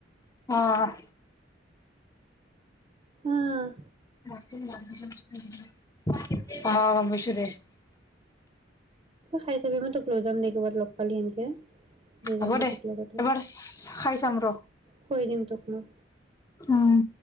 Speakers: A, on the left (about 20°); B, on the right (about 30°).
A: অহ
B: আহ
A: ধ <inaudible> উ <inaudible> অ গৈছো দে
B: খাই চাবি মই তোক লৈ যাম দেই ক'ৰবাত লগ পালি সেনকে লৈ যাম
A: হ'ব দে
B: তোক লগতে
A: এবাৰ খাই চাম ৰ
B: খোৱাই দিম তোক মই
A: উম